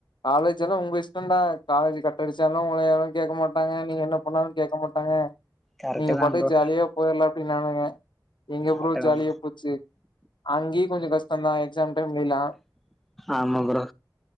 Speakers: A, on the left; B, in the centre.
A: காலேஜ் எல்லா உங்க இஷ்டம்தா காலேஜ் கட்டடிச்சாலும் உங்கள யாரும் கேக்க மாட்டங்க நீங்க என்ன பண்ணாலும் கேக்க மாட்டங்க என்னங்க
B: கரெக்டு
A: நீங்க
B: தான்
A: பாட்டுக்கு
B: ப்ரோ
A: ஜாலியா போகுதுல்ல அப்டின்னானுங்க எங்க
B: கரெக்டு
A: ப்ரோ
B: தான்
A: ஜாலியா போச்சு அங்கியும் கொஞ்ச கஷ்டம்தா எக்ஸாம் டைம்லில்லாம்
B: ஆமா ப்ரோ